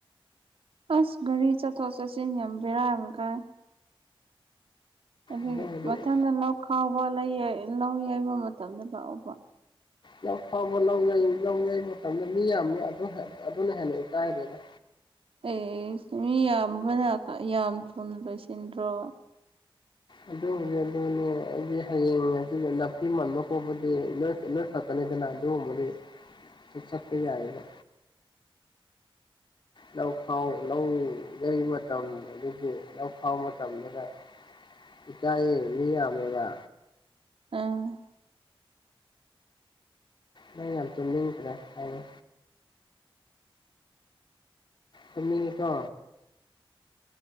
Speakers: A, on the right; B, on the left.
A: ꯑꯁ ꯒꯥꯔꯤ ꯆꯠꯊꯣꯛ ꯆꯠꯁꯤꯟ ꯌꯥꯝ ꯕꯦꯔꯥ ꯑꯃ ꯀꯥꯏ ꯑꯗꯨꯒꯤ
B: ꯑꯗꯨꯕꯨꯗꯤ
A: ꯃꯊꯪꯗ ꯂꯧ ꯈꯥꯎꯕ ꯂꯧ ꯌꯩꯕ ꯃꯇꯝꯗ ꯂꯥꯛꯑꯣꯕ
B: ꯂꯧ ꯈꯥꯎꯕ ꯂꯧ ꯌꯩ ꯂꯧ ꯌꯩꯕꯥ ꯃꯇꯝꯗ ꯃꯤ ꯌꯥꯝꯃꯤ ꯑꯗꯨꯅ ꯍꯦꯟꯅ ꯏꯀꯥꯏꯒ꯭ꯔꯦꯗ
A: ꯑꯦꯁ ꯃꯤ ꯌꯥꯝꯕꯅ ꯌꯥꯝ ꯊꯨꯅ ꯂꯣꯏꯁꯤꯟꯗ꯭ꯔꯣ
B: ꯑꯗꯨꯕꯨꯗꯤ ꯑꯗꯨꯅꯦ ꯑꯩꯗꯤ ꯍꯌꯦꯡ ꯅꯥꯄꯤ ꯃꯟꯕ ꯈꯣꯠꯄꯗꯤ ꯅꯣꯏ ꯅꯣꯏꯈꯛ ꯇꯅꯤꯗꯅ ꯑꯗꯨꯒꯨꯝꯕꯗꯤ ꯆꯠꯄ ꯌꯥꯏꯕ ꯂꯧꯈꯥꯎ ꯂꯧ ꯌꯩ ꯃꯇꯝ ꯑꯗꯨꯗꯒꯤ ꯂꯧꯈꯥꯎ ꯃꯇꯝꯗꯒ ꯏꯀꯥꯏꯌꯦ ꯃꯤ ꯌꯥꯝꯃꯦꯕ
A: ꯎꯡ
B: ꯅꯪ ꯌꯥꯝ ꯇꯨꯝꯅꯤꯡꯇ꯭ꯔꯦ ꯍꯥꯏꯔꯣ ꯇꯨꯝꯅꯤꯡꯉꯤ ꯀꯣ